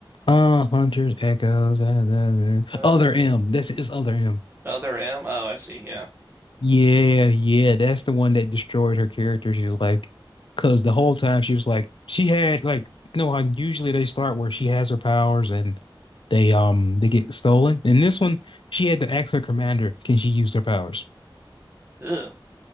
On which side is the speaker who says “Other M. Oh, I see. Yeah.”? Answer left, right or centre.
Right